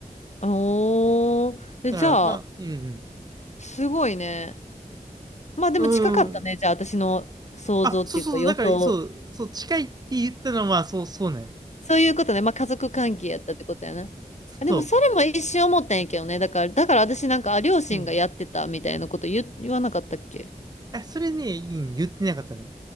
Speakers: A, on the left; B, on the right.
A: おー。えじゃあ、
B: だから、まあ、うん
A: すごいね。まあでも近かったね。
B: うん。うん。
A: じゃあ私の想像っていうか予想。
B: あ、そうそうそう、だから、そう、そう、近いって言ったのは、そう、そうなんよ。
A: そういうことね。まあ家族関係やったってことやな。あでもそれも一瞬思ったんやけどね。
B: そう。
A: だから、だから私なんか、あ、両親がやってたみたいなこと言、
B: うん。
A: 言わなかったっけ
B: あ、それね、うん、言ってなかったね。